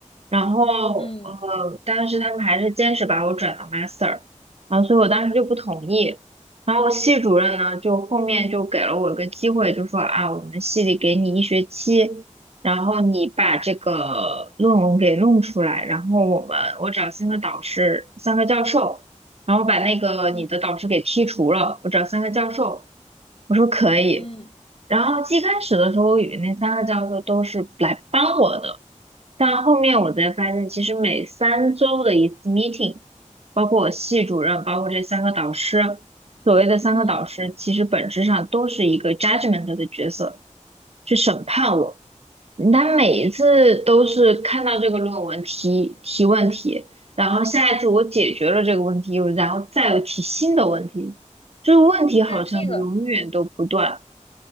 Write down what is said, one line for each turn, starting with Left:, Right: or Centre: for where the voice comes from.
Right: 然后呃，
Left: 嗯
Right: 但是他们还是坚持把我转到 master，然后所以我当时就不同意。然后系主任呢，就后面就给了我一个机会，就说啊，我们系里给你一学期。然后你把这个论文给弄出来，然后我们我找三个导师，三个教授，然后把那个你的导师给剔除了，
Left: 嗯
Right: 我找三个教授，我说可以，
Left: 嗯，
Right: 然后最开始的时候，我以那三个教授都是来帮我的，但后面我才发现，其实每三周的一次 meeting，包括我系主任，包括这三个导师，所谓的三个导师，
Left: 嗯，
Right: 其实本质上都是一个 judgment 的角色，去审判我。他每一次都是看到这个论文提提问题，然后下一次我解决了这个问题，又然后再有提新的问题，就是问题好像永远都不断。
Left: 就是这个，